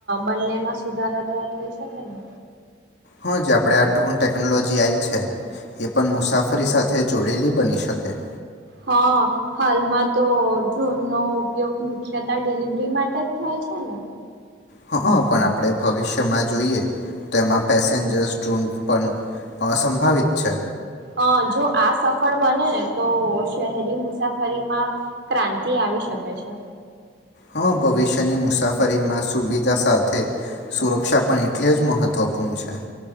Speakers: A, on the right (about 70°); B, on the left (about 65°).
A: બંનેમાં સુધારા તો થઈ શકેને.
B: હા જે આપણેે આ ડ્રોન ટેક્નોલોજી આવી છે એ પણ મુસાફરી સાથે જોડેલી બની શકે.
A: હા હાલમાં તો ડ્રોનનોો ઉપયોગ મુખ્યત ડિલિવરી માટે જ થાય છે ને.
B: હા હ પણ આપણે ભવિષ્યમાં જોઈએ તો એમાં પેસેન્જર્સ ડ્રોન પણ સંભવિત છે.
A: હ જો આ સફળ બને ને તો શહેરી મુસાફરીમાં ક્રાંતિ આવી શકે છે.
B: હા ભવિષ્યની મુસાફરીમાં સુવિધા સાથે સુરક્ષા પણ એટલી જ મહત્વપૂર્ણ છે.